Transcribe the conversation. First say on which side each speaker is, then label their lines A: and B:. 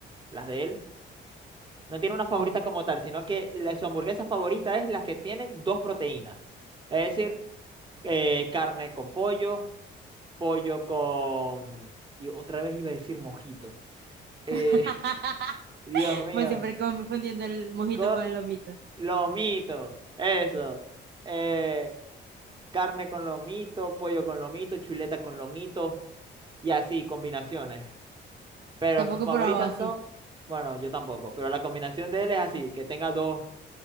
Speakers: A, on the right; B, on the right.
A: las de él, No tiene una favorita
B: ujú.
A: como tal, sino que la- su hamburguesa favorita es las que tienen dos proteínas. Es decir, eh, carne con pollo, pollo con... Y otra vez iba a decir mojito. Eh,
B: <laughs>
A: <laughs> Dios mío,
B: Pues siempre confundiendo el mojito
A: co-
B: con el lomito.
A: lomito, eso. Eh, carne con lomito, pollo con lomito, chuleta con lomito y así, combinaciones. Pero
B: Tampoco
A: sus favoritas
B: he probado así.
A: son, bueno, yo tampoco, pero la combinación de él es así, que tenga dos,